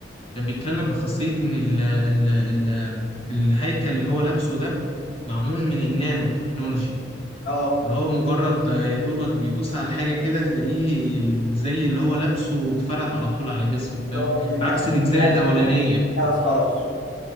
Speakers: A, on the left; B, on the left.
A: كان بيتكلم بخاصية إن ال ال ال الهيكل اللي هو لابسه ده معمول من النانو تكنولوجي
B: اه
A: اللي هو مجرد يا دوبك بيدوس على حاجة كده تلاقيه زي اللي هو لابسه اتفرد على طول على جسمه
B: اللي
A: فاهم
B: هو اللي
A: بعكس
B: كان
A: الأجزاء
B: لا،
A: الأولانية
B: لا، خلاص